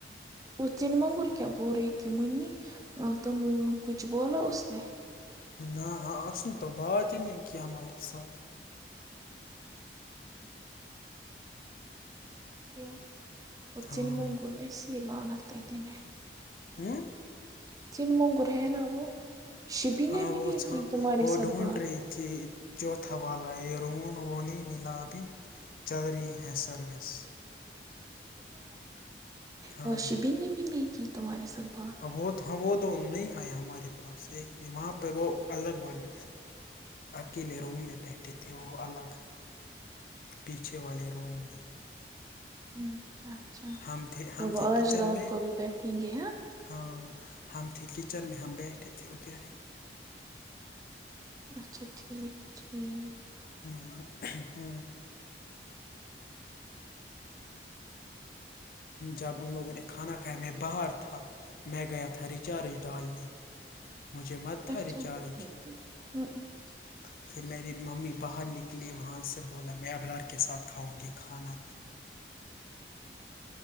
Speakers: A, on the right; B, on the left.
A: وہ تن مانگور کیا بول رہی تھی منی تم کچھ بولا اس نے
B: نہ ہ اس نے تب بع ہی کی ہمارے ساتھ
A: کیا وہ
B: ہاں
A: سےن منگور سیر بانت دنے
B: ہوں
A: سن موںگر ہے نا وہ شبی
B: ہاں
A: نے بھی
B: وہ
A: نہیں
B: چھا
A: کی تمہارے
B: وہ
A: ساتھ
B: ڈھونڈ
A: بات
B: رہی تھی چوتھا والا یہ رون وہ نہیں ملا ابھی چل رہی ہے سروس ہاں
A: اور شبین بھیین کی تار ساتت بات
B: وہ ہاں وہ دو نہیں ہیں ہمارے پاس ایک وہاں پہ وہ الگ والے اکیلے روم میں بیٹھے تھے وہ الگ پیچھے والے روم میں
A: اچھا اچھا
B: ہم تھے
A: تو
B: ہم
A: وہ
B: تھے
A: آج
B: کچن
A: رات
B: میں
A: کو بھی بیٹھیں گے
B: ہاں ہم تھے کچن میں ہم بیٹھے تھے اتر ہی
A: اچھا ٹھیک ٹھیک
B: ہاں ہوں جب ان لوگوں نے کھانا کھایا میں باہر تھا میں گیا تھا ریچارج ڈالنے مجھے مت تھا
A: پچا
B: ریچارج
A: م ہیں
B: <inaudible> پھر میری ممی باہر نکلی وہاں سے بولا میں ابرار کے ساتھ کھاؤں گی کھانا